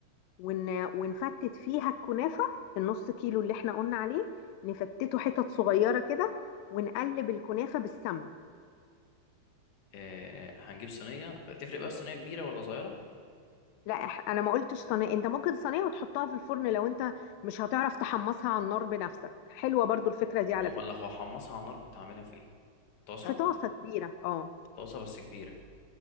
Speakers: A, on the left (about 80°); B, on the left (about 65°).
A: ون... ونفتت فيها الكنافة النص كيلو اللي احنا قلنا عليه نفتته حتت صغيرة كده ونقلب الكنافة بالسمنة
B: آه هنجيب صينية تفرق بقى الصينية كبيرة ولا صغيرة
A: لا إح- انا ما قلتش صينيه انت ممكن صينيه وتحطها في الفرن لو انت مش هتعرف تحمصها على النار بنفسك حلوه برضو الفكره دي
B: طب
A: على
B: امال
A: فكره
B: لو هحمصها على النار كنت هعملها في ايه طاسة
A: في طاسه كبيره اه
B: طاسة بس كبيرة